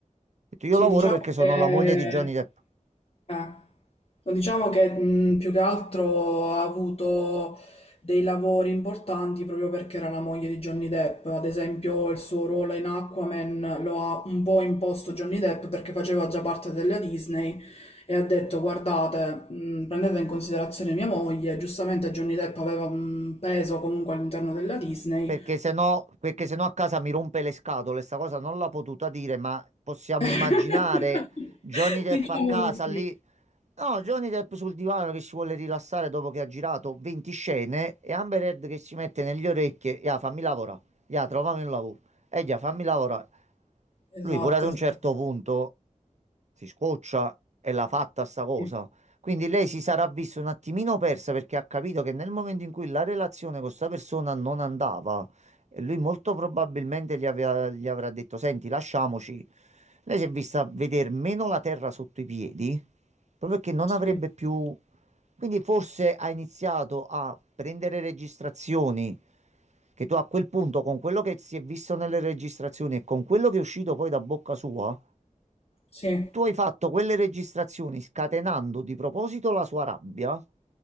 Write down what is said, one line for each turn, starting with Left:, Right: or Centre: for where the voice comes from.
Right: detto, io
Left: sì,
Right: lavoro
Left: diciamo
Right: perché sono
Left: che...
Right: la moglie di Johnny Depp.
Left: Eh. Diciamo che mh, più che altro ha avuto dei lavori importanti proprio perché era la moglie di Johnny Depp. Ad esempio, il suo ruolo in Aquaman lo ha un po' imposto Johnny Depp perché faceva già parte della Disney e ha detto: Guardate, mh, prendete in considerazione mia moglie. Giustamente, Johnny Depp aveva un peso comunque all'interno della Disney.
Right: Perché se no, perché se no a casa mi rompe le scatole, sta cosa non l'ha potuta dire, ma possiamo
Left: <laughs>
Right: immaginare Johnny Depp
Left: Diciamo
Right: a casa
Left: di sì.
Right: lì No, Johnny Depp sul divano che si vuole rilassare dopo che ha girato 20 scene e Amber Heard che si mette negli orecchie, ya, fammi lavorare, ya, trovami un lavoro, e ya, fammi lavorare.
Left: Esatto,
Right: Lui pure ad un
Left: esatto.
Right: certo punto si scoccia e l'ha fatta sta cosa.
Left: Sì,
Right: Quindi lei si sarà vista un attimino persa perché ha capito che nel momento in cui la relazione con sta persona non andava, e lui molto probabilmente gli, aveva- gli avrà detto: Senti, lasciamoci. Lei si è vista vedere meno la terra sotto i piedi proprio che non
Left: sì,
Right: avrebbe più... Quindi forse ha iniziato a prendere registrazioni che tu a quel punto, con quello che si è visto nelle registrazioni e con quello che è uscito poi da bocca sua,
Left: sì.
Right: tu hai fatto quelle registrazioni scatenando di proposito la sua rabbia